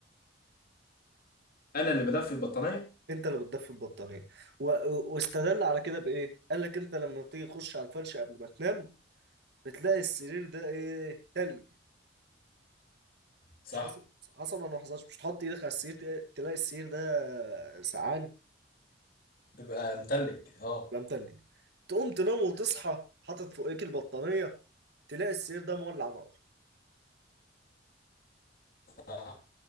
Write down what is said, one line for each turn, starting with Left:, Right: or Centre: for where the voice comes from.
Left: انا اللي بدفي البطانيه
Right: انت اللي بتدفي البطانيه و... و- واستدل على كده بايه قال لك انت لما تيجي تخش على الفرش قبل ما تنام بتلاقي السرير ده ايه تلج
Left: صح
Right: مش حصل حصل ولا ما حصلش مش تحط ايدك على السرير تلاقي تلاقي السرير ده سقعان
Left: بيبقى متلج اه
Right: لا متلج تقوم تنام وتصحى حاطط فوقيك البطانيه تلاقي السرير ده مولع نار
Left: آه.